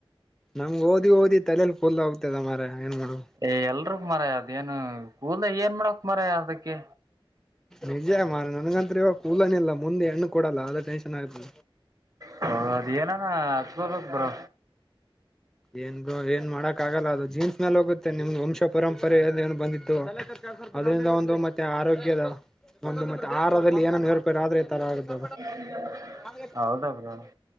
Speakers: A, in the centre; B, on the right.
A: ನಂಗ್ ಓದಿ ಓದಿ ತಲೇಲಿ ಫುಲ್ ಆಗ್ತದ ಮಾರ ಏನ್ ಮಾಡು
B: ಏ ಎಲ್ರೂ ಮರಾಯ ಅದ ಏನು ಕೂದ್ಲ್ ಏನ್ ಮಾಡಕ್ ಮರಾಯ ಅದಕ್ಕೆ
A: ನಿಜ ಮಾರ್ರೆ ನನ್ಗಂತು ಇವಾಗ ಕೂದ್ಲೆ ಇಲ್ಲ ಮುಂದೆ ಹೆಣ್ಣು ಕೊಡಲ್ಲ ಅದೇ ಟೆನ್ಷನ್ ಆಯ್ತು
B: ಹ ಅದ ಏನಾನ ಹಚ್ಚ್ಬೆಕು ಬ್ರೋ
A: ಏನ್ ಬ್ರೋ ಏನ್ ಮಾಡಕ್ ಆಗಲ್ಲ ಅದು ಜೀನ್ಸ್ ಮೇಲ್ ಹೋಗುತ್ತೆ ನಿಮ್ಗೆ ವಂಶ ಪರಂಪರೆ ಏನು ಬಂದಿತ್ತು ಅದರಿಂದ ಒಂದು ಮತ್ತೆ ಆರೋಗ್ಯದ ಒಂದು ಮತ್ತೆ ಆಹಾರದಲ್ಲಿ ಏನ ಏರುಪೇರ್ ಆದ್ರೆ ಈ ತರ ಆಗ್ತದ
B: <inaudible>
A: <unintelligible>
B: ಬ್ರೋ